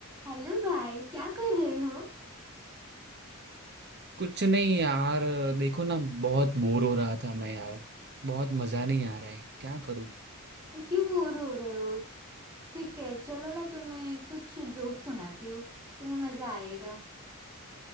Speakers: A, on the right; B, on the right.
A: Hello भाई क्या कर रहे हो
B: कुछ नहीं यार देखो ना बहुत बोर हो रहा था मैं यार बहुत मजा नहीं आ रहा है क्या करूं
A: क्यों बोर हो रहे हो ठीक है चलो मैं तुम्हें कुछ जोक सुनाती हूँ तुम्हें मजा आएगा